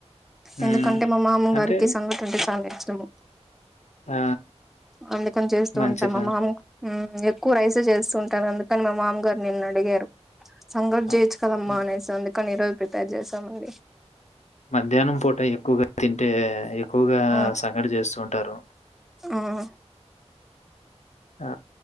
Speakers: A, on the left; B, in the centre.
A: హ్మ్.
B: ఎందుకంటే మా మామ
A: అంటే
B: గారికి సంగటంటే చాలా ఇష్టము
A: ఆ
B: అందుకని చేస్తూ
A: మంచిది.
B: ఉంటామ్ మా మామ్ ఊ ఎక్కువ రైసే చేస్తుంటాను అందుకని మా మామగారు నిన్న అడిగారు సంగట్
A: అ
B: జెయిచ్చు కదమ్మా
A: హ్మ్.
B: అనేసి అద్ కొన్ని రోజుల్ ప్రిపేర్ జెస్తామండి
A: మధ్యాహ్నం పూట ఎక్కువగా తింటే ఎక్ ఎక్కువగా
B: ఆ
A: సంగటి చేస్తూ ఉంటారు
B: ఆ
A: ఆ